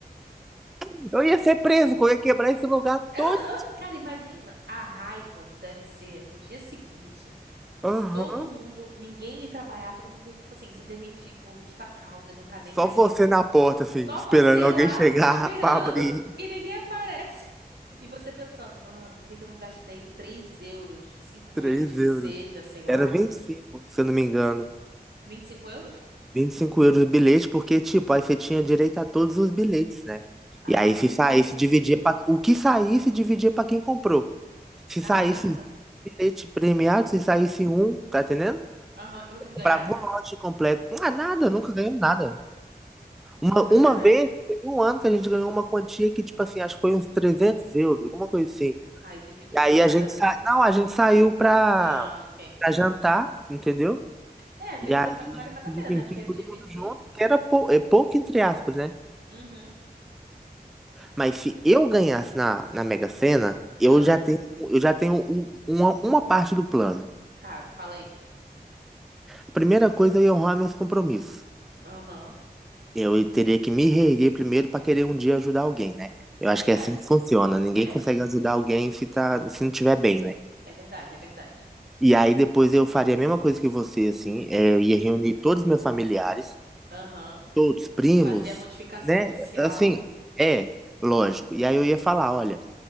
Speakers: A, in the centre; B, on the right (about 80°).
A: <laughs> eu ia ser preso, que eu ia quebrar esse lugar
B: É
A: todo.
B: Aham. Cara, imagina a raiva que deve ser no dia seguinte. Você,
A: Aham.
B: todo mundo, ninguém ir trabalhar, todo mundo, tipo assim, se demitir por justa causa e não tá nem
A: Só
B: aí.
A: você na porta, assim,
B: Só
A: esperando
B: você
A: alguém
B: lá
A: chegar
B: <laughs> esperando
A: <laughs> pra abrir
B: e ninguém aparece. E você pensando, mano, por que que eu não gastei 3 euros, cinco
A: três
B: euros que
A: euros.
B: seja, sei lá.
A: Era 25 se eu não me engano.
B: vinte e cinco euros?
A: vinte e cinco euros o bilhete, porque, tipo, aí você tinha direito a todos os bilhetes, né?
B: Ah,
A: E aí, se saísse, dividia pra... O que saísse, dividia pra quem comprou. Se
B: caraca.
A: saísse 20 bilhete premiado, se saísse um, tá entendendo?
B: Aham. E vocês
A: Comprava
B: ganharam?
A: o lote completo. Ah, nada, nunca ganhamos nada. Uma,
B: Pô, é sacanagem.
A: uma vez, teve um ano que a gente ganhou uma quantia que, tipo assim, acho que foi uns 300 euros, alguma coisa assim.
B: Aí dividiu
A: E aí
B: deu
A: a
B: nada,
A: gente
B: né?
A: sa... Não, a gente saiu pra,
B: Ah, ok.
A: pra jantar, entendeu?
B: É, às
A: E
B: vezes
A: aí
B: vale,
A: a
B: ma- vale
A: gente
B: mais
A: se
B: a pena,
A: divertiu
B: né? Porque eu
A: todo
B: dividi.
A: mundo junto, porque era pou... é pouco, entre aspas, né?
B: Uhum.
A: Mas se eu ganhasse na, na Mega Sena, eu
B: Ah,
A: já tenho, eu já tenho um- uma, uma parte do plano.
B: tá, fala aí.
A: A primeira coisa é honrar meus compromissos.
B: Aham.
A: Eu teria que me reerguer primeiro para querer um dia ajudar alguém, né?
B: É
A: Eu acho
B: verdade.
A: que é assim que funciona. Ninguém
B: É,
A: consegue ajudar alguém se, tá, se não tiver bem, né?
B: é verdade, é verdade.
A: E aí depois eu faria a mesma coisa que você, assim. é, eu ia reunir todos os meus familiares,
B: Aham.
A: todos, primos,
B: Fazer a notificação
A: né?
B: oficial.
A: Assim, é, lógico. E aí eu ia falar, olha.